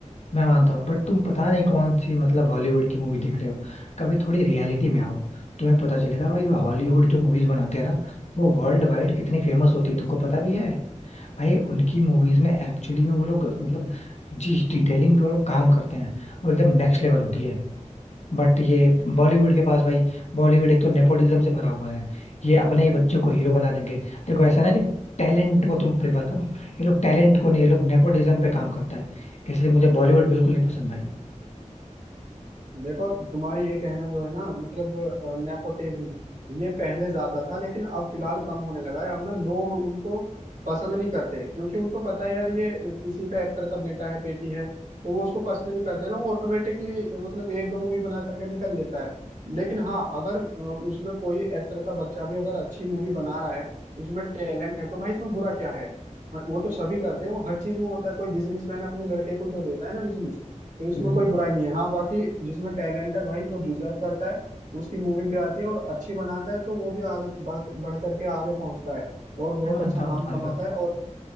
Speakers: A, on the left (about 60°); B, on the right (about 75°).
A: मैं मानता हूँ बट तुम पता नहीं कौन सी मतलब हॉलीवुड की मूवी देख रहे हो कभी थोड़ी रियलिटी में आओ तुम्हें पता चलेगा भाई हॉलीवुड जो मूवीज बनाते हैं ना वो वर्ल्ड वाइड कितनी फेमस होती है तुमको पता भी है भाई उनकी मूवीज में एक्चुअली में वो लोग मतलब जिस डिटेलिंग पे वो लोग काम करते हैं वो एकदम नेक्स्ट लेवल होती है बट ये बॉलीवुड के पास भाई बॉलीवुड एक तो नेपोटिज्म से भरा हुआ है ये अपने ही बच्चों को हीरो बना देंगे देखो ऐसा ना कि टैलेंट को तुम प्रेफर करो ये लोग टैलेंट को नहीं ये लोग नेपोटिज्म पे काम करता है इसलिए मुझे बॉलीवुड बिल्कुल नहीं पसंद भाई
B: देखो तुम्हारी ये कहना जो है ना मतलब नेपोटिज्म ये पहले ज्यादा था लेकिन अब फिलहाल कम होने लगा है अब ना लोग उनको पसंद नहीं करते क्योंकि उनको पता है यार ये किसी का एक्टर का बेटा है बेटी है तो वो उसको पसंद नहीं करते ना वो ऑटोमेटिकली मतलब एक दो मूवी बना करके निकल लेता है लेकिन हाँ अगर अ, उसमें कोई एक्टर का बच्चा भी अगर अच्छी मूवी बना रहा है उसमें टैलेंट है तो भाई इसमें बुरा क्या है हाँ, वो तो सभी करते हैं वो हर चीज में होता है कोई बिजनेसमैन अपने लड़के को ही तो देता है ना बिजनेस। तो इसमें
A: ये देखो
B: कोई बुराई नहीं है हाँ बाकी जिसमें टैलेंट है भाई जो डिजर्व करता है उसकी मूवी भी आती है और अच्छी बनाता है तो वो भी आगे बढ़ बढ़ करके आगे पहुंचता है और बहुत
A: मैं मानता
B: अच्छा नाम
A: हूँ तुम्हारी
B: कमाता
A: बात
B: है और